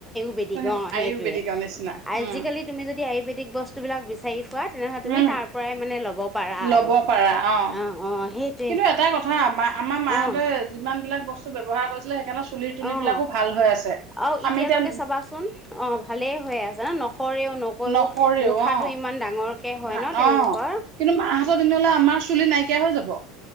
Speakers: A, in the centre; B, on the right.
A: বেদিক
B: তেনেকুৱা
A: অ সেইতোৱে
B: আয়ুৰ্বেদিকৰ নিচিনা
A: আজিকালি
B: উম,
A: তুমি যদি আয়ুৰ্বেদিক বস্তুবিলাক বিছাৰি ফুৰা তেনেহলে তুমি
B: উম।
A: তাৰ পৰাই মানে ল'ব। পাৰা
B: লব
A: আৰু
B: পাৰা অ।
A: অঁ অঁ সেইটোৱে
B: কিন্তু এটাইকথা আমাৰ মাহঁতে
A: অঁ
B: যিমান বিলাক বস্তু। ব্যৱহাৰ কৰিছিলে সেইকাৰণে চুল তুলিবিলাকো
A: অঁ
B: ভাল হৈ আছে।
A: আৰু এতিয়ালৈকে
B: আমি এতিয়া
A: চাবাচোন অঁ ভালেই হৈ আছে ন নসৰেও নকৈও
B: নকৰেও
A: মুঠাটো
B: অ
A: ইমান ডাঙৰকে হয়
B: ধান
A: ন তেওঁলোকৰ
B: অ কিন্তু মাহতৰ দিনলে আমাৰ চুলি নাই কিয়া হৈ যাব।